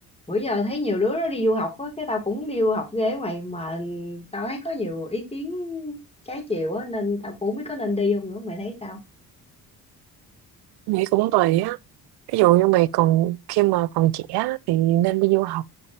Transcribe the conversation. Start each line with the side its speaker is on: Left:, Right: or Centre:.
Left: bữa giờ thấy nhiều đứa nó đi du học á cái tao cũng đi du học ghê mày mà tao thấy có nhiều ý kiến trái chiều á nên tao cũng không biết có nên đi không nữa mày thấy sao
Right: nghĩ cũng tùy á ví dụ như mày còn khi mà còn trẻ á, thì nên đi du học